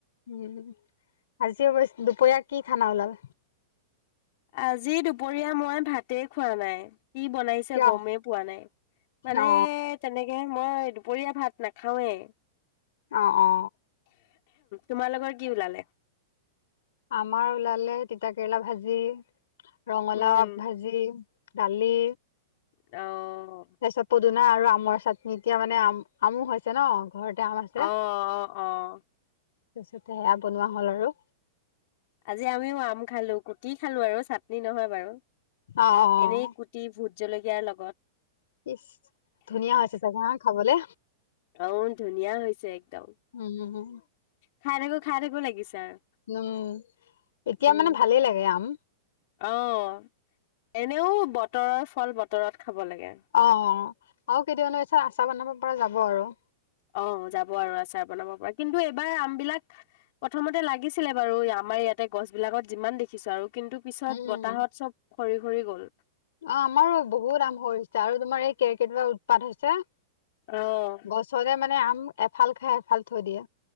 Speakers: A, on the left; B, on the left.
A: উম, আজি অ' দুপৰীয়া কি খানা ওলাল।
B: আজি দুপৰীয়া মই ভাতেই খোৱা নাই কি বনাইছো।
A: কিয়?
B: পছে গমেই পোৱা নাই মানে
A: অ
B: তেনেকে মই দুপৰীয়া ভাত নাখাওঁৱে।
A: অ', অ'।
B: তোমালোকৰ কি ওলালে?
A: আমাৰ ওলালে তিতা কেৰেলা ভাজি ৰঙালাও
B: উম,
A: আগ ভাজি। দালি।
B: অ'।
A: তাৰ পিছত পদুনা আৰু আমৰ চাটনি এতিয়া মানে আম আমো হৈছে ন। ঘৰতে আম আছে
B: অ',
A: তাৰপিছতে
B: অ', অ'।
A: সেয়া বনোৱা হ'ল আৰু।
B: আজি আমিও আম খালো কুটি খালো আৰু চাটনি নহয় বাৰু
A: অ অ অ
B: এনেই কু ভূত জলকীয়া লগত।
A: ইচ ধুনীয়া হৈছে চাগে ন খাবলে।
B: অ', ধুনীয়া হৈছে একদম
A: উম উম
B: খাই থাকো খাই থাকো লাগিছে আৰু।
A: উম, এতিয়া
B: উম
A: মানে ভালেই লাগে আম।
B: অ', এনেও বতৰৰ ফল বতৰত খাব লাগে।
A: অ', আৰু কেইদিনমানৰ পিছত আচাৰ বনাব যাব আৰু।
B: অ', যাব আৰু আচাৰ বনাব পৰা কিন্তু এইবাৰ আমবিলাক প্ৰথমতে লাগিছিলে বাৰু আমাৰ ইয়াতে গছবিলাকত যিমান দেখিছো আৰু। কিন্তু পিছত
A: উম উম
B: বতাহত চব সৰি সৰি গ'ল।
A: অ' আমাৰো বহুত আম সৰিছে আৰু তোমাৰ এই কেৰ্কেটোৱা উৎপাত হৈছে।
B: অ'।
A: গছতে মানে আম এফাল খাই এফাল থৈ দিয়ে।